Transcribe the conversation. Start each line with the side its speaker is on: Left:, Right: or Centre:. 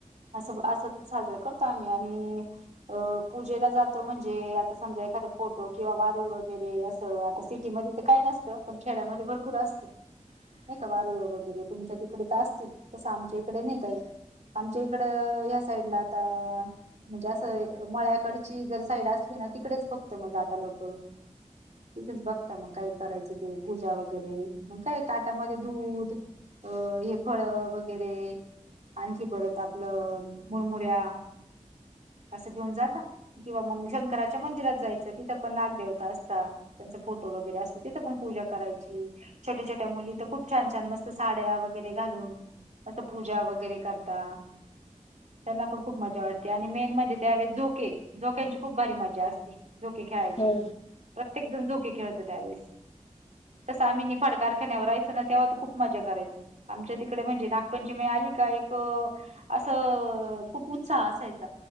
Right: असं असं साजर करतो आम्ही आणि. अ पूजेला जातो म्हणजे आता समजा एखाद फोटो किंवा वारूळ वगैरे असं आता सिटीमध्ये. काही नसतं पण खेड्यामध्ये भरपूर असते.
Left: ह <inaudible>
Right: नाही का वारुळ वगैरे तुमच्या तिकडे तर असतील तसं आमच्या इकडे नाही काही आमच्या. इकड ह्या साईडला आता. म्हणजे असं मळ्याकडची जर साईड असली ना तिकडेच फक्त मग जाता लोक. तीथेच बघता मग काय करायचं ते पूजा वगैरे मग काय ताटामध्ये दूध. अ हे फळ वगैरे आणखी परत आपन. आपलं मुरमुऱ्या असं घेऊन जाता. किंवा मग शंकराच्या मंदिरात जायचं तिथं पण नागदेवता असता त्यांचा फोटो वगैरे असत तिथं पण. पूजा करायची छोट्या छोट्या मुली तर खूप छान छान मस्त साड्या वगैरे घालून. असं पूजा वगैरे करता त्यांना पण खूप मजा वाटते. आणि मेन म्हणजे त्यावेळेस झोके झोक्यांची खूप भारी मजा असती झोके खेळायची.
Left: हो.
Right: प्रत्येक जण झोके खेळत त्यावेळेस. तस आम्ही निफाड कारखान्यावर रायचो ना तेव्हा तर खूप मजा करायचं. आमच्या तिकडे म्हणजे नागपंचमी आली का एक. असं खूप उत्साह असायचा.